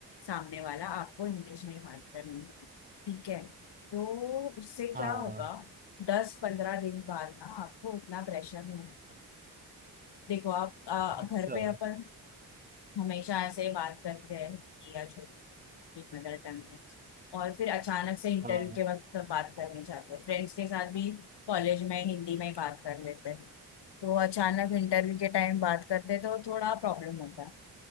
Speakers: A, on the left; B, on the right.
A: सामने वाला आपको इंग्लिश में ही बात करनी है ठीक है तो उससे
B: हाँ
A: क्या होगा दस पंद्रह दिन बाद ना आपको उतना प्रेशर नहीं रहेगा देखो आप आ,
B: अच्छा
A: घर पे अपन हमेशा ऐसे बात करते हैं हिंदी या जो भी अपनी मदर टंग है और फिर अचानक से इंटरव्यू
B: हाँ
A: के वक्त बात करने जाते हैं फ्रेंड्स के साथ भी कॉलेज में हिंदी में ही बात कर लेते हैं तो अचानक इंटरव्यू के टाइम बात करते हैं तो थोड़ा प्रॉब्लम होता है